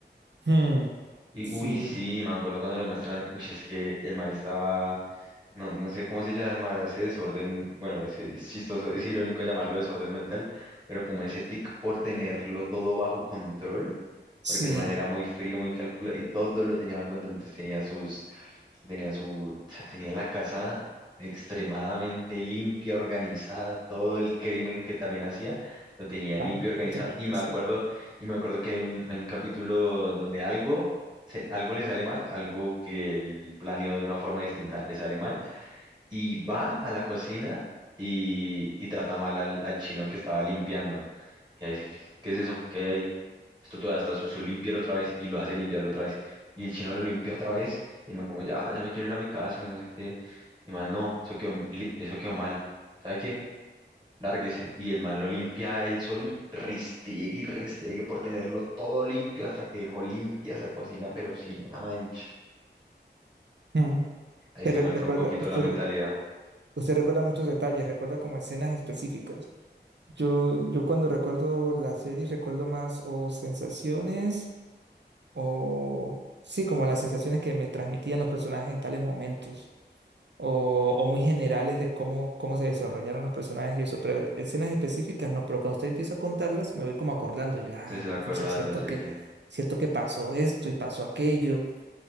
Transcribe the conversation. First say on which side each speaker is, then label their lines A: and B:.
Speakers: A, on the right; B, on the right.
A: Hmm,
B: Y
A: sí,
B: uy, sí, me acuerdo cuando le muestran, uy, es que el man estaba No, no sé cómo se llamará ese desorden, bueno, ese- es, chistoso, es irónico llamarlo desorden mental, pero como ese tic por tenerlo todo bajo control,
A: sí,
B: porque el man era muy frío, muy calculado y todo lo tenía bajo control, entonces tenía sus, tenía su, o sea, tenía la casa extremadamente limpia, organizada, todo el crimen que también hacía, lo tenía
A: también
B: limpio, organizado,
A: tenía
B: y
A: que
B: me
A: ser.
B: acuerdo, y me acuerdo que hay un, hay un capítulo donde algo, se- algo le sale mal, algo que él planeó de una forma distinta le sale mal y va a la cocina y, y trata mal al, al chino que estaba limpiando. Y ahí dice, ¿qué es eso? ¿Qué hay ahí? Esto todavía está sucio, límpialo otra vez. Y lo hace limpiarlo otra vez. Y el chino lo limpia otra vez. Y el man como, ya, ya me quiero ir a mi casa, que no sé qué. Y el man, no, eso quedó, li- eso quedó mal. ¿Sabe qué? Lárguese. Y el man lo limpia él solo y restiegue y restiegue por tenerlo todo limpio hasta que dejó limpia esa cocina, pero sin una mancha.
A: Hmm,
B: Ahí
A: te
B: se
A: re-
B: muestra
A: recuerda,
B: un poquito
A: usted,
B: la mentalidad.
A: usted recuerda muchos detalles, recuerda como escenas específicas. Yo, yo cuando recuerdo las series recuerdo más o sensaciones o... Sí, como las sensaciones que me transmitían los personajes en tales momentos. o, o muy generales de cómo, cómo se desarrollaron los personajes y eso, pero escenas específicas no, pero cuando usted empieza a contarlas me voy como acordando, yo, ah,
B: Entonces se va
A: güey,
B: acordando,
A: pucha, cierto
B: sí,
A: que,
B: sí.
A: cierto que pasó esto y pasó aquello,